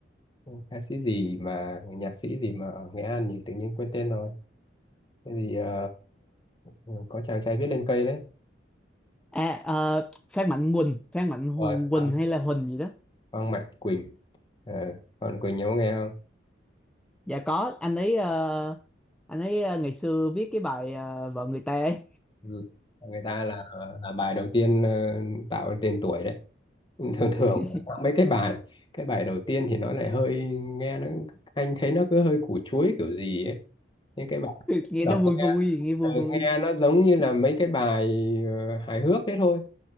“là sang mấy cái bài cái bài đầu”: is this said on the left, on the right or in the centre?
Left